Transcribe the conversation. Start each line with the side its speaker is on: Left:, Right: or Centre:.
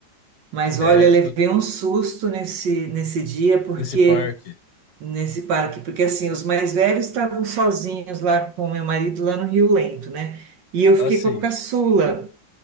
Right: Mas
Left: É,
Right: olha, levei
Left: eu
Right: um susto nesse, nesse dia, porque
Left: nesse parque.
Right: nesse parque, porque assim, os mais velhos estavam sozinhos lá com meu marido lá no Rio Lento, né? E eu
Left: Assim,
Right: fiquei com a caçula,